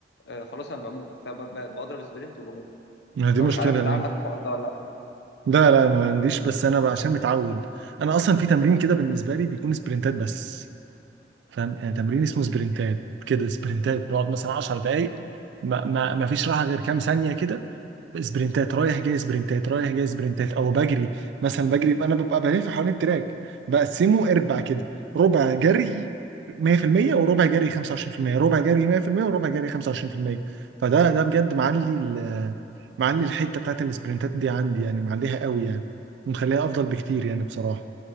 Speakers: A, on the left; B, on the right.
A: آه خلاص انا بموت فبضرب سبرنت وبموت
B: دي
A: فمش
B: مشكله
A: عارف ان عندك
B: ايوه
A: الحوار ده ولا لا
B: لا لا ما عنديش بس انا بقى عشان متعود انا اصلا في تمرين كده بالنسبه لي بيكون سبرنتات بس فاهم يعني تمرين اسمه سبرنتات كده سبرنتات بقعد مثلا 10 دقائق ما, ما, ما فيش راحه غير كام ثانيه كده سبرنتات رايح جاي سبرنتات رايح جاي سبرنتات او بجري مثلا بجري يبقى انا ببقى بلف حوالين التراك بقسمه اربع كده ربع جري 100% وربع جري 25% ربع جري 100% وربع جري 25% فده ده بجد معلي ال- معلي الحته بتاعت السبرنتات دي عندي يعني معليها قوي يعني ومخليها افضل بكتير يعني بصراحه